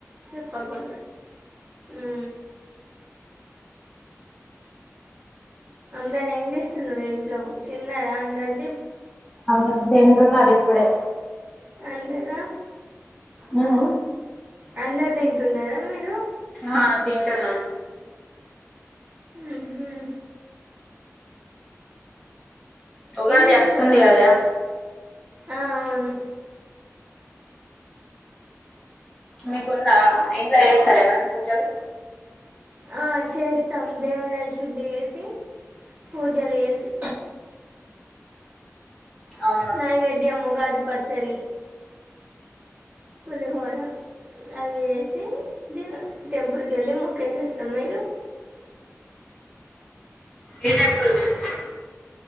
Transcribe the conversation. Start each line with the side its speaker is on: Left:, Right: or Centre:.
Right: చెప్పకున్ ఆ అందర్ ఏం చేస్తున్నారు ఇంట్లో తిన్నారా అందర్
Left: అవును తింటున్నారు ఇప్పుడే
Right: అందర
Left: ఆ
Right: అందర్ తింటున్నారా మీరు
Left: ఆ తింటున్నాం
Right: హ్మ్మ్
Left: ఉగాది
Right: చేస్తారు
Left: అస్తుంది కదా
Right: ఆ అవును
Left: మీకుంద ఇంట్లో చేస్తారా ఏమైన పూజలు
Right: ఆ చేస్తాం దేవుళ్ళన్ శుద్ధి చేసి పూజలు చేసి
Left: అవును
Right: నైవేద్యం ఉగాది పచ్చడి పులిహోర అవి ఏసి ద మీరు టెంపుల్ కి వెళ్లి మొక్కేవస్తాం మీరు
Left: ఏ టైం లోక వెళ్తారు